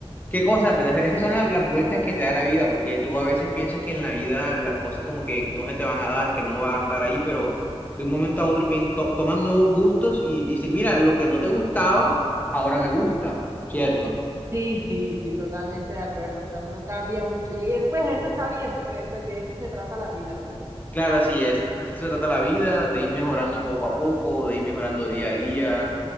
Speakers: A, on the left (about 15°); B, on the right (about 30°).
A: Qué cosas, ¿verdad? Esas son la- las, vueltas que te da la vida, porque tú a veces piensas que en la vida las cosas como que, que no se te van a dar, que no vas a estar ahí, pero de un momento a otro pien- to- toman nuevos gustos y dicen, mira, lo que no te gustaba, ahora me gusta, ¿cierto?
B: Sí, sí, sí, totalmente de acuerdo. O sea, uno cambia mucho. Y eh, pues eso está bien, porque después de eso se trata la vida, ¿no?
A: Claro, así es. Así se trata la vida, de ir mejorando poco a poco, de ir mejorando día a día,